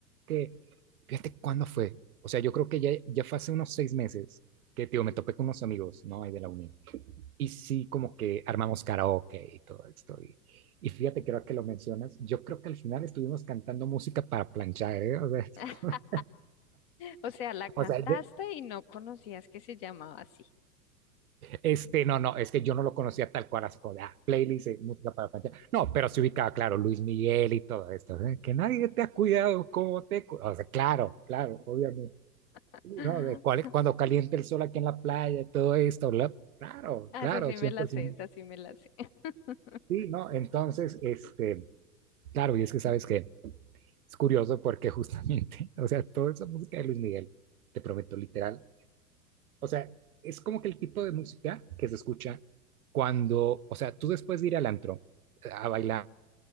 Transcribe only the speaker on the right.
que, fíjate cuándo fue. O sea, yo creo que ya, ya fue hace unos seis meses que, tío, me topé con unos amigos, ¿no? Ahí de la uni. Y sí, como que armamos karaoke y todo esto. Y, y fíjate, creo que lo mencionas. Yo creo que al final estuvimos cantando música para planchar, ¿eh? O sea,
<laughs>
o sea, ya-
Este, no, no, es que yo no lo conocía tal cual, así como de ah, playlist, eh, música para planchar. No, pero se ubicaba, claro, Luis Miguel y todo esto. ¿eh? Que nadie te ha cuidado como te. cu- O sea, claro, claro, obviamente.
Sí, ¿No? De cuál, cuando calienta el sol aquí en la playa, todo esto, bla- Claro,
claro,
100%.
Sí, ¿no? Entonces, este, claro, y es que sabes que es curioso porque justamente, <laughs> o sea, toda esa música de Luis Miguel, te prometo, literal, O sea, es como que el tipo de música que se escucha cuando, o sea, tú después de ir al antro eh, a bailar